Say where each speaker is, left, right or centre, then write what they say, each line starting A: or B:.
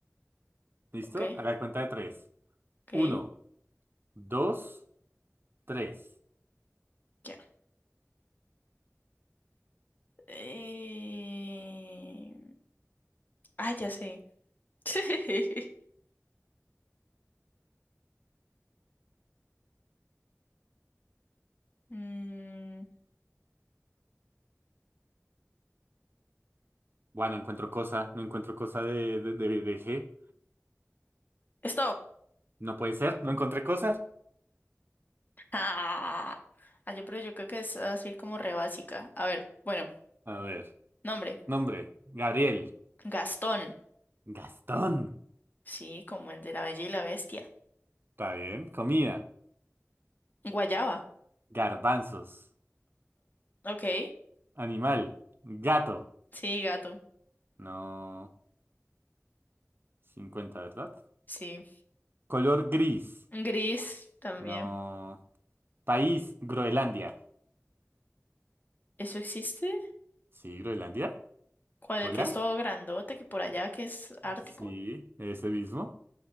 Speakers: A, on the right; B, on the left.
A: ¿Listo?
B: Ok.
A: A la cuenta de tres.
B: Ok.
A: Uno, dos, tres.
B: Ya. Eh... Ay, ya sé. <laughs> Mm,
A: Bueno, no encuentro cosa. No encuentro cosa de, de, de, de G.
B: Stop.
A: No puede ser. No encontré cosa.
B: Ah, Ah, yo, pero yo creo que es así como re básica. A ver, bueno,
A: A ver.
B: nombre.
A: Nombre. Gabriel.
B: Gastón.
A: Gastón.
B: Sí, como el de la Bella y la Bestia.
A: Está bien. Comida.
B: Guayaba.
A: Garbanzos.
B: Ok.
A: Animal. Gato.
B: Sí, gato.
A: No. cincuenta ¿verdad?
B: Sí.
A: Color gris.
B: Gris también.
A: No. País. Groenlandia.
B: ¿Eso existe?
A: Sí, Groenlandia.
B: ¿Cuál
A: Hola.
B: el que es todo grandote, que por allá que es ártico?
A: Sí, ese mismo.